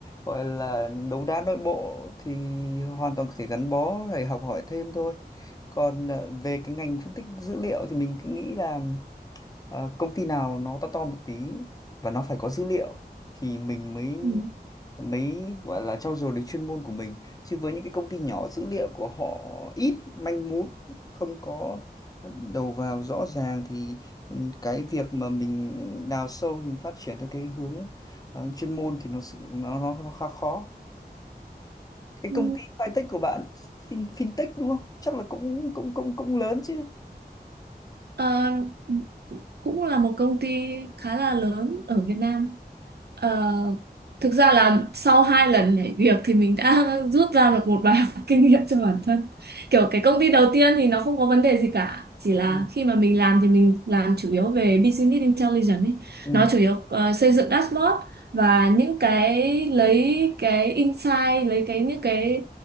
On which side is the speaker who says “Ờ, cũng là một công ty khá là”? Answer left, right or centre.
Right